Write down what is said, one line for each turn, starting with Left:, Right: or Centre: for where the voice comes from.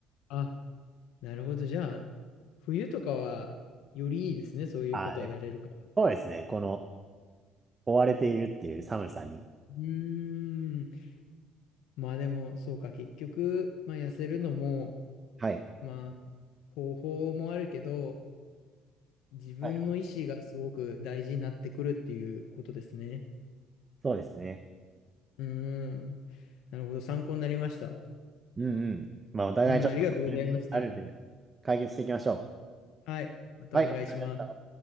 Left: あ、なるほど。じゃあ、冬とかは、よりいいですね。
Right: <laughs>
Left: そういうことはやれるから。
Right: ああ、でも、そうですね。この、追われているっていう寒さに。
Left: うーん。まあでも、そうか。結局、まあ痩せるのも、
Right: はい。
Left: まあ、方法もあるけど、自分の意思がすごく大事になってくるっていうことですね。
Right: はいはいそうですね。
Left: うーん。なるほど。参考になりました。
Right: うんうん。まあ、お互いちょっと悩みあるんで、
Left: うん、ありがとうございました。
Right: 解決していきましょ
Left: はい。またお願いします。
Right: う。はい。わかりました